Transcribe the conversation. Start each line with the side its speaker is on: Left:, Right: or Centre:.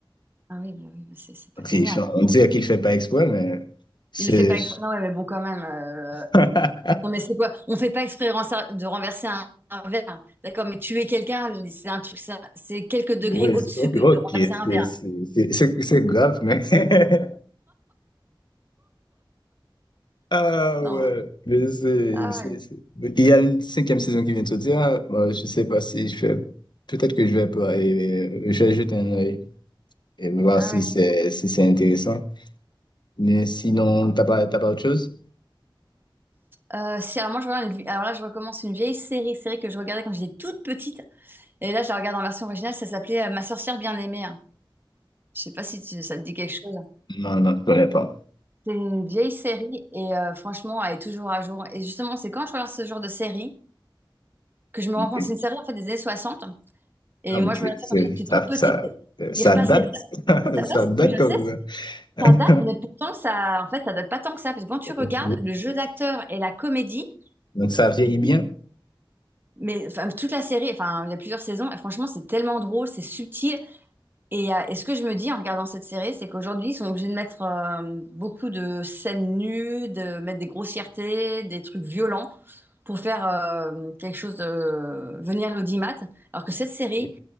Right: Ah oui, bah oui, bah c'est c'est pas
Left: Donc,
Right: génial.
Left: il fait- on dirait qu'il fait pas exprès, mais c'est.
Right: Il le fait pas... Non, ouais, mais bon, quand même. euh,
Left: <laughs>
Right: Non, mais c'est quoi? On fait pas exprès rensa- de renverser un, un verre. D'accord, mais tuer quelqu'un, c'est un truc, ça, c'est quelques degrés
Left: Oui,
Right: au-dessus
Left: c'est- ok,
Right: que
Left: ok,
Right: de renverser
Left: c'est
Right: un verre.
Left: c'est- c'est- c'est- c'est grave, mais. <laughs> Ah
Right: Non.
Left: ouais,
Right: euh,
Left: mais c'est-
Right: Ah
Left: c'est-
Right: ouais.
Left: c'est- il y a une cinquième saison qui vient de sortir. moi je sais pas si je vais. Peut-être que je vais pas. et- et je vais jeter un œil et voir
Right: Ah
Left: si
Right: ouais.
Left: c'est si c'est intéressant. Mais sinon,
Right: Ouais.
Left: t'as pas, t'as pas autre chose?
Right: Euh, si, alors moi, je regarde une vie- alors là, je recommence une vieille série, série que je regardais quand j'étais toute petite. Et là, je la regarde en version originale. Ça s'appelait euh, Ma sorcière bien-aimée. hein. Je sais pas si tu- ça te dit quelque chose.
Left: Non, non, je connais pas.
Right: C'est une vieille série et euh, franchement, elle est toujours à jour. Et justement, c'est quand je regarde ce genre de série que je me
Left: Ok.
Right: rends compte, c'est une série en fait des années 60. Et
Left: Non, mais
Right: moi,
Left: c'est,
Right: je regardais
Left: c'est-
Right: ça quand j'étais
Left: ça,
Right: toute petite.
Left: ça, ça
Right: ils repassaient
Left: date.
Right: ça.
Left: <laughs>
Right: Ça- ouais,
Left: Ça
Right: c'est-
Left: date
Right: oui, je
Left: comme.
Right: sais,
Left: <laughs>
Right: ça date, mais pourtant, ça, en fait, ça date pas tant que ça. Parce que quand tu
Left: Ok.
Right: regardes le jeu d'acteur et la comédie,
Left: Donc ça vieillit
Right: tu te
Left: bien.
Right: dis, mais enfin, toute la série, enfin, il y a plusieurs saisons, et franchement, c'est tellement drôle, c'est subtil. Et, euh, et ce que je me dis en regardant cette série, c'est qu'aujourd'hui, ils sont obligés de mettre euh, beaucoup de scènes nues, de mettre des grossièretés, des trucs violents. pour faire euh, quelque chose de venir l'audimat. Alors que cette série,
Left: Ok.